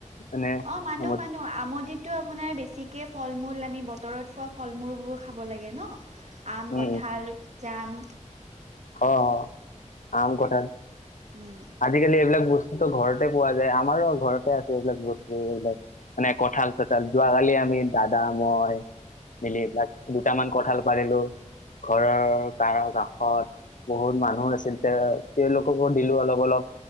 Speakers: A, on the left (about 80°); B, on the right (about 60°).
A: মানে
B: অ মানো
A: অসমত।
B: মানো আমদিতটো আপোনাৰ বেছিকে। ফল মূল আমি বতৰত খোৱা ফল মূলবোৰ খাব লাগে ন আম
A: উম
B: কঠাল জাম।
A: অ', অ আম, কঠাল
B: উম
A: আজিকালি এইবিলাক বস্তু ঘৰতে পোৱা যায় আমাৰো আৰু ঘৰতে আছে এইবিলাক বস্তু। এইবিলাক মানে কঁঠাল চঠাল যোৱাকালি আমি দাদা মই মিলি পিলাক দুটামান কঁঠাল পৰিলো। ঘৰৰ কাৰ কাষত বহুত মানুহ আছিল তে তেওঁলোককো দিলো অলপ অলপ।